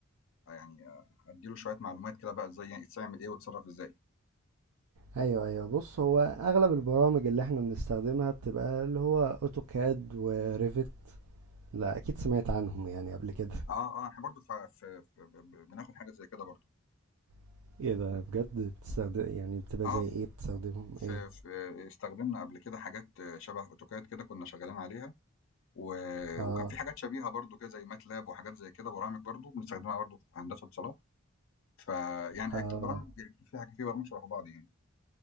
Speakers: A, on the left (about 60°); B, on the right (about 85°).
A: يعني أدّي له شوية معلومات كده بقى إزاي يعني تتعمل إيه وتتصرّف إزاي.
B: ايوه ايوه بص هو اغلب البرامج اللي احنا بنستخدمها بتبقى اللي هو اوتوكاد وريفت لا اكيد سمعت عنهم يعني قبل كده
A: آه، آه، إحنا برضه ف ف ب ب بناخد حاجة زي كده برضه.
B: <laughs> ايه ده بجد بتستخدم يعني بتبقى
A: آه،
B: زي
A: ف
B: ايه بتستخدمهم
A: ف
B: ايه
A: ف استخدمنا قبل كده حاجات شبه AutoCAD كده كنا شغالين عليها و
B: اه
A: وكان في حاجات شبيهة برضه كده زي MATLAB وحاجات زي كده برامج برضه بنستخدمها برضه في هندسة اتصالات، فيعني
B: اه
A: أكيد البرامج في حاجة في برامج شبه بعض يعني،